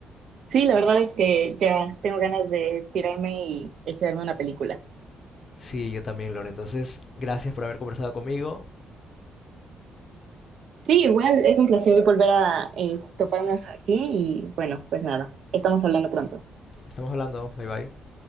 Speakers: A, on the right (about 65°); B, on the left (about 45°).
A: Sí, la verdad es que ya tengo ganas de tirarme y echarme una película.
B: Sí, yo también, Lore. Entonces, gracias por haber conversado conmigo.
A: Sí, igual es un placer volver a eh, toparnos aquí y bueno, pues nada, estamos hablando pronto.
B: Estamos hablando. Bye bye.